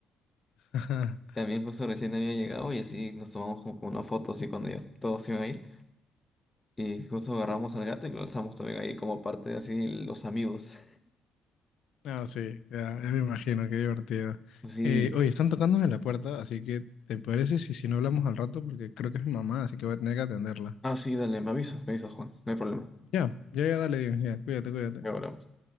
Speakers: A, on the left; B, on the left.
A: <laughs>
B: También justo recién había llegado y así nos tomamos como una foto así cuando ya todos iban a ir. Y justo agarramos al gato y lo alzamos también ahí como parte de así los amigos.
A: No, sí, ya, ya me imagino, qué divertido.
B: Sí.
A: Eh, oye, están tocándome la puerta, así que ¿te parece si, si no hablamos al rato? Porque creo que es mi mamá, así que voy a tener que atenderla.
B: Ah, sí, dale, me avisas, me avisas, Juan. No hay problema.
A: Ya, ya, ya, dale, ya, cuídate, cuídate.
B: Luego hablamos.